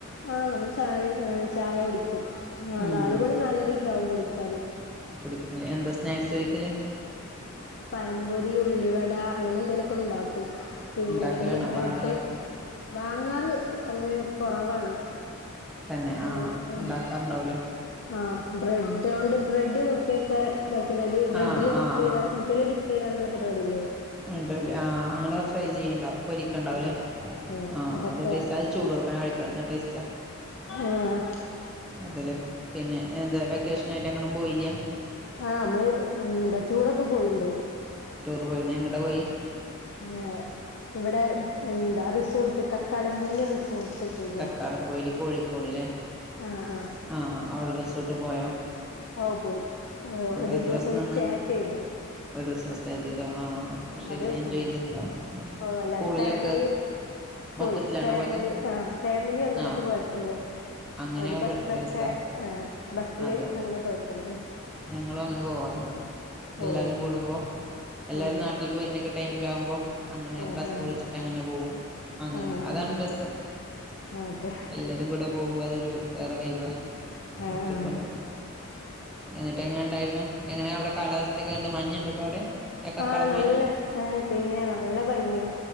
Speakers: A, on the left; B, in the centre.
A: ആഹ്‌ നമ്മൾ ചായ ഏഹ് ചായ കുടിക്കും ആഹ്
B: ഉം
A: നാല് മണി നാലരൊക്കെ ആവും കുടിക്കാന്
B: കുടിക്കും ലെ എന്താ സ്നാക്സ് കഴിക്കല്
A: പഴംപൊരി, ഉള്ളിവട അങ്ങനെ എന്തേലൊക്കെ ഇണ്ടാക്കും പിന്നല്ലകില്
B: ഉണ്ടാക്കലാണോ
A: ബ്രെഡ്
B: വാങ്ങലോ
A: വാങ്ങാറ് അങ്ങനെ കൊറവാണ്
B: തന്നെ
A: ഏഹ് ആഹ്
B: ഉണ്ടാക്കാറുണ്ടാവൂലേ
A: ആഹ്‌ ബ്രെഡോണ്ട് ബ്രെഡ് മുട്ടയൊക്കെ ഇതാക്കണ്‌ അയില് ബ്രെഡില്
B: ആഹ് ആഹ്
A: ടി ബ്രെഡില് ഡിപ്പ് ചെയ്താണ്ടുള്ള പരിപാടി ഇല്ലേ
B: ഇണ്ടല്ലേ ആഹ് അങ്ങനെ ഫ്രൈ ചെയ്യണ്ടാവും പൊരിക്കിണ്ടാവുല്ലേ
A: ഉം ഉം
B: ആഹ്
A: അതൊക്കെ
B: അത് ടേസ്റ്റാ അത് ചൂടോട്ക്കനെ കഴിക്കണം എന്നാ ടേസ്റ്റാ
A: ഏഹ്
B: അതല്ലേ പിന്നെ എന്താ വെക്കേഷനായിട്ട് എങ്ങട്ടും പോയില്ല
A: ആഹ് നമ്മള് എന്താ ടൂറൊക്കെ പോയിണ്ട്
B: ടൂർ പോയിരുന്ന എങ്ങട പോയി
A: ഏഹ്‌ ഇവിടെ എന്താ റിസോർട്ട് കക്കാടം പൊയില് റിസോ <unintelligible> പോയി
B: കക്കാടം പൊയില് കോഴിക്കോട്ല്ലേ
A: ആഹ് ആഹ്
B: ആഹ്‌ അവിടെ റിസോർട്ട് പോയൊ
A: ഓഹ് പോയി ഒര്
B: എത്ര
A: ദിവസം
B: നിന്ന്
A: സ്റ്റേ ചെയ്ത്
B: ഒരു ദിവസം സ്റ്റേ ചെയ്തോ ആഹ് ശെരി
A: അത്
B: എൻജോയ്
A: ഉം
B: ചെയ്തിട്ടുണ്ടാവു
A: ഓ എല്ലാരും
B: പൂളിലൊക്കെ
A: ഫാമിലി
B: മൊത്തത്തിലാണോ
A: പോയി ഫാമിലി
B: പോയത്
A: ആഹ്‌ ഫാമിലി ഒന്നായിട്ട്
B: ആ
A: പോയക്ക ഞമ്മള്
B: അങ്ങനെ
A: ഒരു
B: ആകുമ്പോൾ
A: ബസ്സൊക്കെ
B: രസമാണ്
A: ആ ബസ്സില്
B: അതെ അതെ
A: അങ്ങനെ പൊയക്കാണ് മ്
B: ഞങ്ങളും അങ്ങനെ പോവാറുണ്ട് എല്ലാരും
A: ഓഹ്
B: കൂടുമ്പോ എല്ലാരും
A: ഉം
B: നാട്ടീക്ക് വരുന്നേക്ക ടൈമിലാവുമ്പോ അങ്ങനെ
A: ആഹ്
B: ബസ്സ്
A: ആഹ്
B: വിളിച്ചിട്ട് അങ്ങനെ പോവും അങ്ങൻതെ
A: ആഹ്
B: അതാണ് രസം
A: ആഹ് അതെ
B: എല്ലാ രും കൂടെ പോകുമ്പ അതൊരു വേറെ വൈബാ
A: ആഹ്
B: ഒറ്റക്ക്
A: ആഹ്
B: പോണില്ലാരിം എന്നിട്ട് എങ്ങനെ ഉണ്ടായിരുന്നു എങ്ങനെ അവിടെ കാലാവസ്ഥയൊക്കെ കണ്ട് മഞ്ഞുണ്ട് അപ്പൊ അവിടെ കക്കാടം
A: ആഹ് നല്ല
B: പൊയില്
A: ഏഹ്‌ പിന്നെ നല്ല ഭംഗിയാ